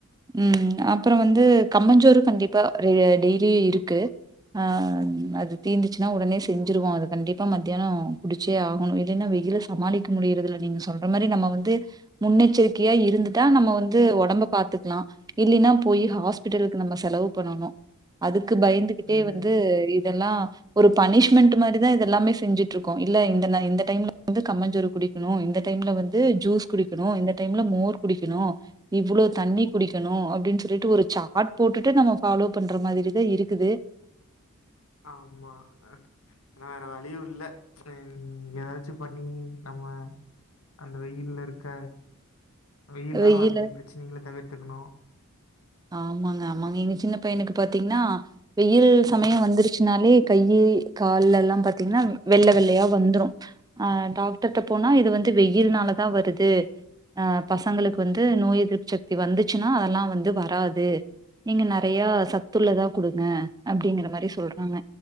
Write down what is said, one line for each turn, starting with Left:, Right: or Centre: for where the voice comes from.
Right: ம் அப்புறம் வந்து கம்மஞ்சோரு கண்டிப் இப்ப டெய்லியு இருக்கு ஆ அது தீந்துச்சுன்னா உடனே செஞ்சிருவோம் அது கண்டிப்பா மத்தியாநோ குடிச்சே ஆகணும் இல்லைன்னா வெ யில சமாளிக்க முடியிறது நீங்க சொல்ற மாரி நம்ம வந்து முன்னெச்சரிக்கையா இருந்துடா நம்ம வந்து உடம்ப பாத்துக்கலா இல்ன்னா போய் ஹாஸ்பிட்டலுக்கு நம்ம செலவு பண்ணணும் கு பயந்துகிட்டே
Left: ம்.
Right: வந்து இதெல்லா ஒரு பனிஷ்மெண்ட் மாரி தான் இதெல்லாமே செஞ்சுட்டு இருக்கோம் இல்ல இந்த டைம்ல வந்து கம்மஞ்சோறு குடிக்கணும் இந்த டைம்ல வந்து ஜூஸ் குடிக்கணு இந்த டைம்ல மோர் குடிக்கணு இவ்லோ தண்ணி குடிக்கணு அப்டின் சொல்லிட்டு ஒரு சார்ட் போட்டுட்டு நம்ம ஃபாலோ பண்ற மாதிரி தா இருக்குது
Left: ஆமா ஆன்னா வேற வழியும் இல்ல உ ஏதாச்சும் பண்ணி நம்ம அந்த வெயில்ல இருக்க வெயில்னால
Right: வெயில
Left: வரக்கூடிய பிரச்சனைகள தவிர்த்துக்கணும்
Right: ஆமாங்க ஆமாங்க எங்க சின்ன பையனுக்கு பாத்தீங்கன்னா வெயில் சமயம் வந்துருச்சுனாலே கைய யி கால்லெல்லாம் பாத்தீங்கன்னா வெள்ள வெள்ளையா வந்ரும் ஆ டாக்டர்ட போனா இது வந்து வெயில் துனால தா வருது அ பசங்களுக்கு வந்து நோய் எதிர்ப்பு சக்தி வந்துச்சுன்னா அதெல்லாம் வந்து வரா ராது நீங்க நறைய சத்துள்ளதா குடுங்க அப்படிங்கற மாரி சொல்றாங்க